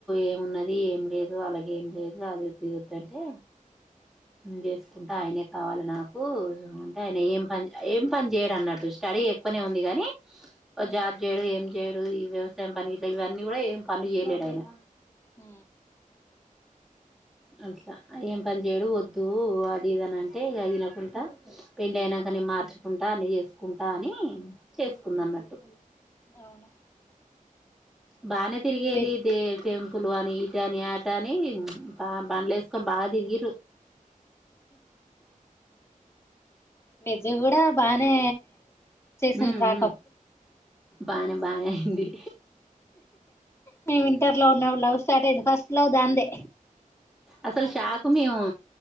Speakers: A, in the centre; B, on the left (about 20°).
A: ఏమున్నది ఏం లేదు వాళ్ళకి లేదు అది తీద్ద్దంటే చేసుకుంటా ఆయనే కావాలి నాకు అంటే ఆయన ఏం పని ఏం పని చేయడు అన్నట్టు స్టడీ ఎక్కునే ఉంది గాని
B: ఉమ్
A: జాబ్ చేయడు ఏం చేయడు ఈ వ్యవసాయం పని ఇట్లా ఇవన్నీ కూడా ఏం పను చేయలేడు ఆయన
B: హ
A: అట్లా ఏం పని చేయడు వద్దు అది ఇదని అంటే ఇ తినకుండా పెళ్లి అయినాక అని మార్చుకుంటా అని చేసుకుంటా అని చేసుకుంద అన్నట్టు
B: అవును
A: బానే తిరిగేది
B: వెజ్
A: దే ట్టె టెంపుల్ అని ఈట అని ఆట అని బండ్లు వేసుకొని బాగా తిరిగారు
B: బుజ్జి గాడు బానే చేసాంది
A: ఉమ్
B: ట్రాకప్
A: ఉమ్ బానే బానే అయింది
B: మేము ఇంటర్ లో ఉన్నప్పుడు లవ్ స్టార్ట్ అయింది ఫస్ట్ లో దా అందే
A: అసలు
B: కాలేజ్
A: షాక్ మేము